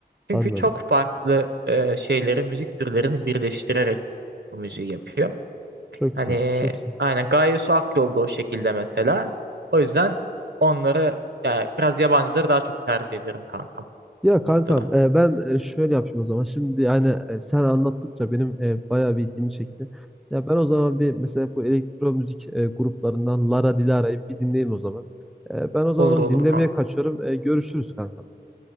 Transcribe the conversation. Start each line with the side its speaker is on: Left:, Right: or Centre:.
Right: Çünkü
Centre: Anladım.
Right: çok farklı e, şeyleri, müzik türlerini birleştirerek bu müziği yapıyor.
Centre: Çok
Right: Hani
Centre: güzel. Çok güzel.
Right: aynen Gaye Su Akyol da o şekilde mesela. O yüzden onları yani biraz yabancıları daha çok tercih ederim kankam
Centre: Ya
Right: bu
Centre: kankam
Right: noktada.
Centre: e, ben e, şöyle yapayım o zaman. Şimdi yani e, sen anlattıkça benim e, bayağı bir ilgimi çekti. Ya ben o zaman bir mesela bu elektro müzik e, gruplarından Lara Dilara'yı bir dinleyeyim o zaman. E, ben o zaman
Right: Olur
Centre: onu
Right: olur
Centre: dinlemeye
Right: kanka.
Centre: kaçıyorum. E, görüşürüz kankam.